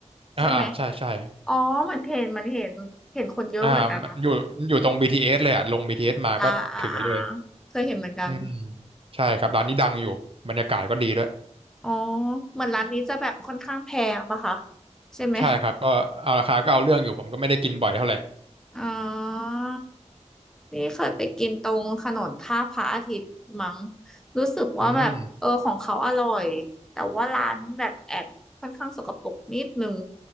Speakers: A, on the right (about 50°); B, in the centre.
A: อ่าอ่าใช่ใช่
B: ใช่ไหม อ๋อเหมือนเห็นเหมันเห็นเห็นคนเยอะเหมือนกันนะ
A: อ่ามันอยู่อยู่ตรง BTS เอสเลยอ่ะลง BTS มาก็ถึงเลย
B: อ่าอ่าอ่าเคยเห็นเหมือนกัน
A: อืมใช่ครับร้านนี้ดังอยู่บรรยากาศก็ดีด้วย
B: อ๋อเหมือนร้านนี้จะแบบค่อนข้างแพงปะคะใช่ไหม
A: ใช่ครับก็เอาราคาก็เอาเรื่องอยู่ผมก็ไม่ได้กินบ่อยเท่าไหร่
B: อ๋อนี่เคยไปกินตรงถนนท่าพระอาทิตย์มั้งรู้สึกว่าแบบเออของเขาอร่อยแต่ว่าร้านมันแบบแอบค่อนข้างสกปรกนิดนึง
A: อืม